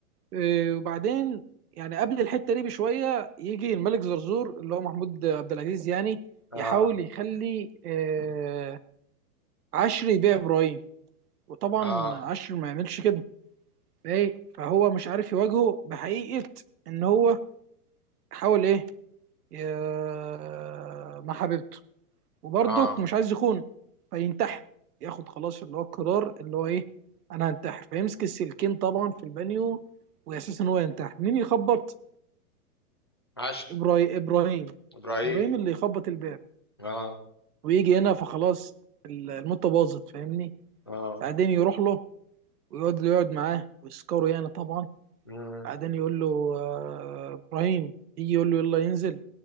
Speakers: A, on the right (about 80°); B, on the left (about 20°).
A: إيه، وبعدين يعني قبل الحته دي بشويه يجي الملك زرزور اللي هو محمود عبد العزيز يعني
B: اه
A: يحاول يخلي آه، عشري يبيع ابراهيم وطبعا
B: اه
A: عشري ما يعملش كده ايه فهو مش عارف يواجهه بحقيقه ان هو حاول ايه يا- مع حبيبته وبرضك
B: اه
A: مش عايز يخونه فينتحر ياخد خلاص اللي هو القرار اللي هو ايه انا هنتحر فيمسك السلكين طبعا في البانيو واساس ان هو ينتحر مين يخبط
B: عشر
A: ابراهيم ابراهيم
B: ابراهيم
A: ابراهيم اللي يخبط الباب
B: اه
A: ويجي هنا فخلاص ال- الموتة باظت فاهمني
B: اه
A: بعدين يروح له ويقعد يقعد معاه ويسكره يعني طبعا
B: مم.
A: بعدين يقول له آه، ابراهيم يجي يقول له يلا ينزل